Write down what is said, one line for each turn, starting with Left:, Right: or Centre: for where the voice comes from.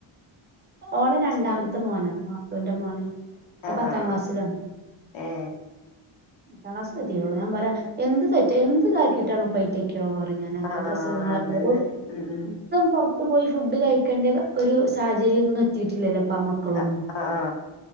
Right: ഓളെ രണ്ടാമത്തെ
Left: ചെറ്
Right: മോനാ ആ ത്തൂൻ്റെ മോന് ഓം
Left: ആ
Right: പത്താം
Left: ആ
Right: ക്ലാസ്സിലാണ്
Left: ഏ
Right: ത്താം ക്ലാസിലെത്തിട്ടൊള്ളൂ ഞാൻ പറയ എന്ത് തെറ്റ് എന്ത് താക്കിയിട്ടാണ് പൈറ്റക്ക് ഞാൻ അങ്ങനത്തെ
Left: ആ
Right: അസുഖങ്ങളൊക്കെ
Left: അതന്നെ ഉം ഉം
Right: പൊറത്ത് പോയി ഫുഡ് കഴിക്കേണ്ട ഒരു സാഹര്യംന്നും എത്തിയിട്ടില്ലല്ലോ പാ മക്കളൊന്നും
Left: ആ ആ ആ.